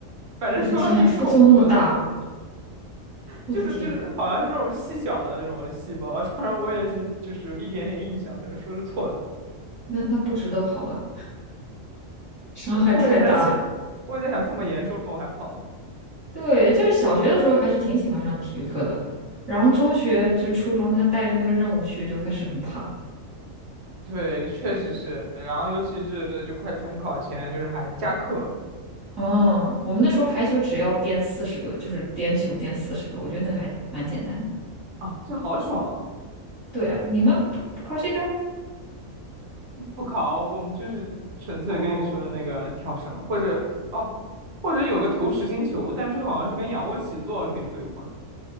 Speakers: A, on the right (about 60°); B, on the right (about 20°).
A: 反正说他挺恐怖的。
B: 我的天，副作用那么大，我的天，
A: 就是就是好像是那种细小的那种细胞，当然我也是就是有一点点印象，可能说是错的。
B: 那那不值得跑了，伤害太大了。
A: 我也在想，我也在想这么严重我还跑？
B: 对，就是小学的时候还是挺喜欢上体育课的，然后中学就初中，他带着那个任务去就开始很怕。
A: 对，确实是。然后尤其是就快中考前，就是还加课
B: 嗯，我们那时候排球只要颠四十个，就是颠球颠四十个，我觉得那个还蛮简单的。
A: 啊，这好爽啊
B: 对啊，你们不不考这个？
A: 不考，我们就是纯粹跟你说的那个跳绳，
B: 哦，
A: 或者哦，或者有个投实心球，但这个好像是跟仰卧起坐可以兑换。